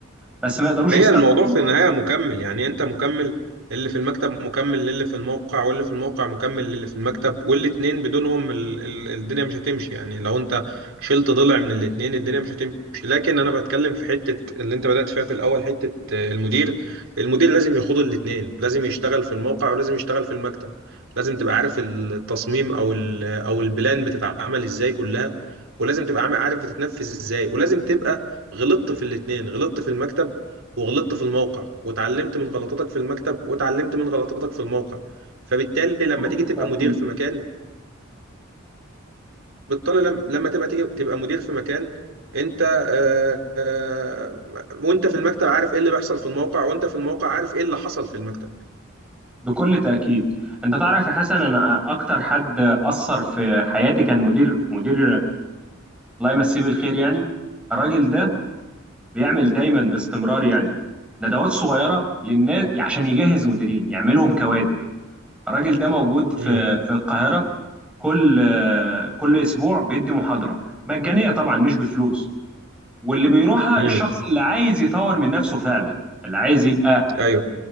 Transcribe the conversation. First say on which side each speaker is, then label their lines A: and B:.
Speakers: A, in the centre; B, on the right (about 80°).
A: بس ما يقدروش
B: هي
A: يستغنوا
B: الموضوع
A: عن
B: في
A: بعض
B: النهاية مكمل يعني انت مكمل اللي في المكتب مكمل للي في الموقع واللي في الموقع مكمل للي في المكتب والاتنين بدونهم ال ال الدنيا مش هتمشي يعني لو انت شلت ضلع من الاتنين الدنيا مش هتمشي لكن انا بتكلم في حتة اللي انت بدأت فيها في الاول حتة آه، المدير المدير لازم يخوض الاتنين لازم يشتغل في الموقع ولازم يشتغل في المكتب لازم تبقى عارف التصميم او ال او البلان بتتعمل ازاي كلها ولازم تبقى عام- عارف بتتنفذ ازاي ولازم تبقى غلطت في الاتنين غلطت في المكتب وغلطت في الموقع واتعلمت من غلطاتك في المكتب واتعلمت من غلطاتك في الموقع فبالتالي لما
A: بكل
B: تيجي تبقى
A: تأكيد
B: مدير في مكان بالتالي لم- لما تبقى تيجي تبقى مدير في مكان انت آه، آه، وانت في المكتب عارف ايه اللي بيحصل في الموقع وانت في الموقع عارف ايه اللي حصل في المكتب
A: بكل تأكيد انت تعرف يا حسن انا اكتر حد اثر في حياتي كان مدير مدير الله يمسيه بالخير يعني الراجل ده بيعمل دايما باستمرار يعني ندوات صغيره للناس عشان يجهز مديرين يعملهم كوادر الراجل ده موجود
B: امم
A: في في القاهره كل كل اسبوع بيدي محاضره مجانيه طبعا مش بفلوس واللي بيروحها
B: امم
A: الشخص اللي عايز يطور من نفسه فعلا اللي عايز يبقى
B: ايوه